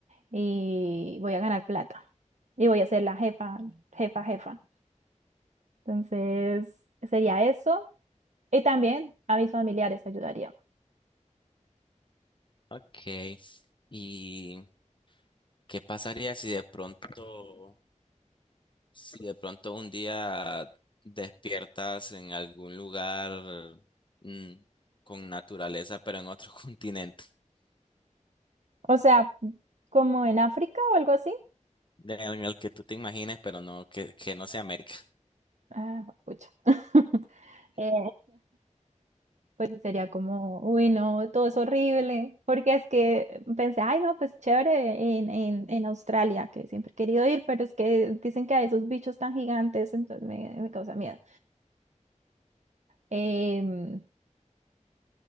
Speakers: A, on the right; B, on the left.
A: y voy a ganar plata y voy a ser la jefa, jefa, jefa. Entonces, sería eso. Y también a mis familiares ayudaría.
B: Ok. ¿Y qué pasaría si de pronto, si de pronto un día despiertas en algún lugar mm, con naturaleza, pero en otro <laughs> continente?
A: O sea, como en África o algo así.
B: de- en el que tú te imagines, pero no, que, que no sea América. <laughs>
A: Ah, pucha. <laughs> Eh, pues sí, sería como, uy, no, todo es horrible, porque es que pensé, ay, no, pues chévere en, en, en Australia, que siempre he querido ir, pero es que dicen que hay esos bichos tan gigantes, entonces me, me causa miedo. Em,